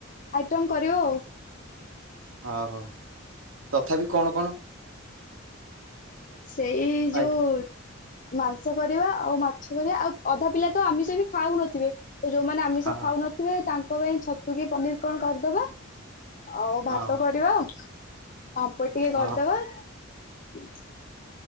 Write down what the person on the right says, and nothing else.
ଓ ହୋ ତଥାପି କଣ କଣ
ଆଇଟ
ହଁ
ହଁ
ହଁ